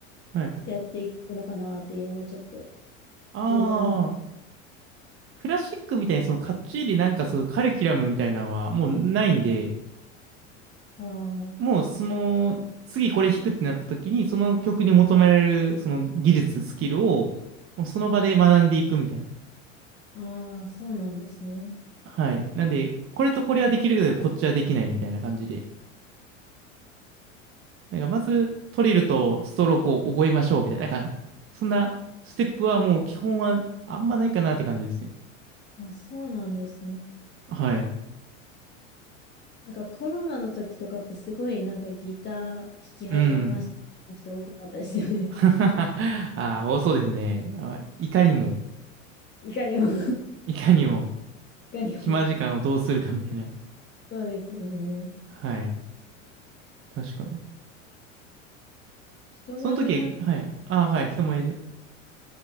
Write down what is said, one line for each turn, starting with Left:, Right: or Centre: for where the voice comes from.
Right: はい。
Left: やっていくのかなっていうのがちょっと
Right: ああ、
Left: 疑問に思
Right: クラシックみたいにそのかっちりなんかそういうカリキュラムみたいなのはもうないんで、
Left: う。あ
Right: もうその次これ弾くってなった時にその曲に求められるその技術、スキルをもうその場で学んでいくみたいな。
Left: あ、ああ、そうなんですね。
Right: はい。なんで、これとこれはできるけどこっちはできないみたいな感じで。なんかまずトリルとストロークを覚えましょうみたいな。なんかそんなステップはもう基本はあんまないかなって感じですね。
Left: あ、そうなんですね。
Right: はい。
Left: なんかコロナの時とかってすごいなんかギター弾き始めました人多かったですよね。
Right: うん。<laughs>
Left: <laughs>
Right: ああ、多そうですね。あいかにも、
Left: いかにも <laughs> い
Right: いかにも。
Left: かにも
Right: 暇時間をどうするかみたいな。
Left: そうですよね。
Right: はい。確かに。
Left: 人前でなんか
Right: その時は、はい。ああ、はい。人前で。